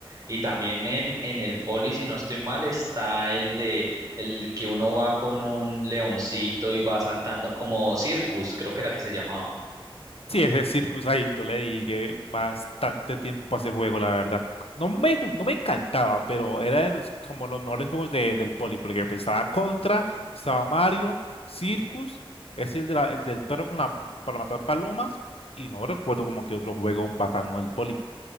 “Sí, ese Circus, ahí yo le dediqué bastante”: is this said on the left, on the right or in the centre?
Left